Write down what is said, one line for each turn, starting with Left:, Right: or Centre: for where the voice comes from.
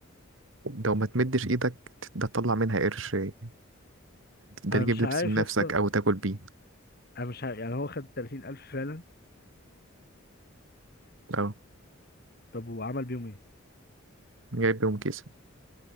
Right: لو ما تمدش إيدك ده تطلع منها قرش ده, ده
Left: انا
Right: تجيب
Left: مش
Right: لبس
Left: عارف
Right: بنفسك
Left: يا اسطى
Right: أو تاكل بيه
Left: انا مش عارف يعني هو خد 30000 فعلا
Right: أه
Left: طب وعمل بيهم ايه
Right: جايب بيهم كيس